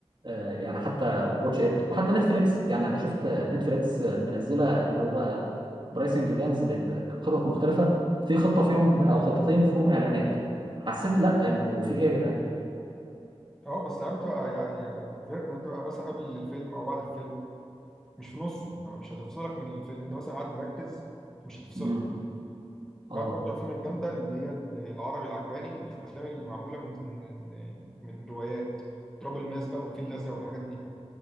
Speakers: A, on the right; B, in the centre.
A: آه، يعني حتى واتش ات وحتى نتفليكس يعني انا شفت آه، نتفليكس آه، منزله اللي هو برايسنج بلانز لخطط مختلفه في خطه فيهم او خطتين فيهم اعلانات حسيت لا انه في ايه يا جدعان
B: اه بس الألعاب بتبقى يع- يعني الفرق انها بتبقى مثلا قبل الفيلم او بعد الفيلم مش في نصه يعني مش هتفصلك من الفيلم انت مثلا قاعد مركز مش هتفصلك
A: امم اه
B: تعرف برضه الافلام الجامده اللي هي ال- العربي العجباني الافلام اللي معموله من من من روايات تراب الماس بقى والفيل الازرق والحاجات دي